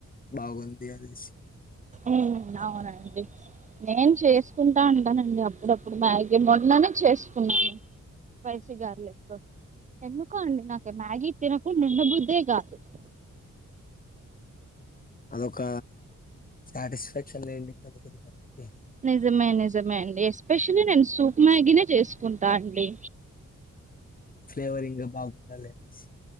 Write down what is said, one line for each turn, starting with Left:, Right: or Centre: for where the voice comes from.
Left: బాగుంది అనేసి.
Right: ఉమ్ అవునండి నేను చేస్. చేసుకుంటా ఉంటానండి. అప్పుడప్పుడు మ్యాగీ మొన్ననే చేసుకున్నాను స్పైసి గార్లిక్ తో ఎందుకో అండి నాకు మ్యాగీ తినకుండ ఉండాబుద్ధే కాదు.
Left: అదొక. సాటిస్ఫాక్షన్ లేండి. కొంత కొంతమందికి.
Right: నిజమే నిజమే అండి ఎస్పెషలీ నేను సూప్. మ్యాగీనే చేసుకుంటా అండి.
Left: ఫ్లేవర్ ఇంకా బాగుండాలి అనేసి.